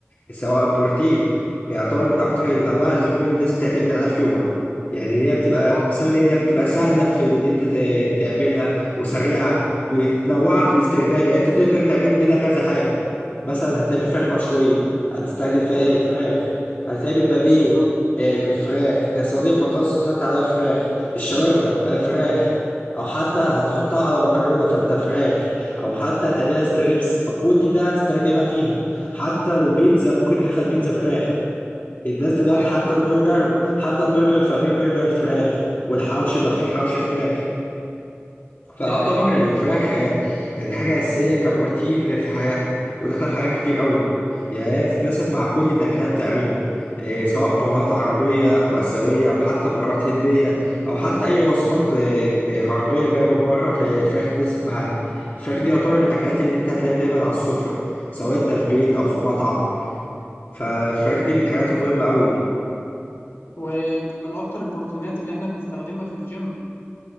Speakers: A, on the left; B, on the left.
A: سواء البروتين بيعتبر من أكتر الأنواع اللحوم اللي حب الناس بتعتمد عليها في يومها يعني هي بتبقى
B: اه
A: بسبب
B: ده حقيقي
A: إن هي بتبقى سهلة في إن أنت ت- تعملها وسريعة ومتنوعة في الاستخدام يعني أنت تقدر تعمل منها كذا حاجة مثلا هتعمل فراخ مشوية هتستخدم فيها إيه فراخ هتعمل بانيه
B: بالظبط
A: آه، بفراخ آه، صينية بطاطس هتحط عليها فراخ الشاورما آه، فراخ أو حتى هتحطها على مكرونة فأنت فراخ أو حتى هتعملها ستريبس فكل ده هتستخدمها فيها حتى البيتزا ممكن تدخل بيتزا فراخ الناس دلوقتي
B: ايوه
A: حتى
B: دي حقيقة
A: البرجر حتى البرجر فبيه برجر فراخ والحوش بقى فيه حوش فراخ فاعتبر
B: دي حقيقة
A: الفراخ آه، يعني حاجة أساسية كبروتين في حياتنا وداخلة في حاجات كتير قوي يعني هي بتتناسب مع كل النكهات تقريبا آه، سواء بهارات عربية أو آسيوية أو حتى بهارات هندية أو حتى أي وصفات آه، آه، غربية جاية من بره فهي الفراخ تتناسب معاها الفراخ دي يعتبر من الأكلات اللي أنت هتلاقيها دايما على السفرة سواء أنت في بيت أو في مطعم فالفراخ دي من الحاجات المهمة أوي
B: ويمكن من اكتر البروتينات اللي احنا بنستخدمها في الجيم